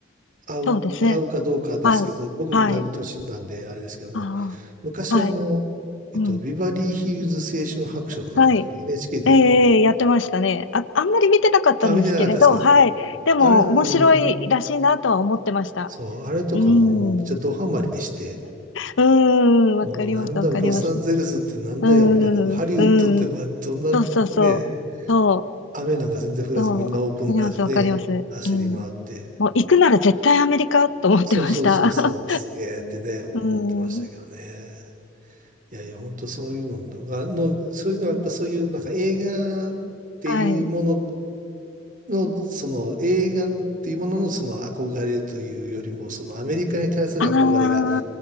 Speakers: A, on the right (about 45°); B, on the left (about 75°).
A: 合う、
B: そうですね。
A: 合うかどうかですけど、
B: はい。
A: 僕もだいぶ年なんで、
B: はい。
A: あれですけど、
B: あ
A: 昔あの、
B: あ。はい。
A: えっと、
B: うん。
A: ビバリーヒルズ青春白書とかってなんか
B: はい。
A: NHK で、
B: ええ、ええやってましたね。あ、あんまり見てなかったんですけれど、
A: あ、見てなかったですか
B: はい。でも、
A: あれ、うん、
B: 面白いらしいなとは思ってました。
A: そう、あれとかももうめっちゃドハマりして、
B: うん。うーん、わかります、
A: もうなんだ、
B: わかります。
A: ロサンゼルスってなんだよ、
B: うー
A: みたいな。ハリウッドってまあどんな、
B: ん、うん。そうそうそう。
A: ね、
B: そう、
A: 雨なんか全然降らずみんなオープンカーでね、
B: そう。わかります、わかります。
A: 走り回って、
B: うん。もう、行くなら絶対アメリカと思ってました。
A: そうそうそうそう、すげーってね、
B: <laughs>
A: 思ってましたけどね。
B: うーん。
A: いやいや、本当そういうのが、の、そういうのはやっぱそういうなんか映画っていうもの
B: はい。
A: の、その映画っていうもののその憧れというよりも、そのアメリカに対する憧れが、
B: あ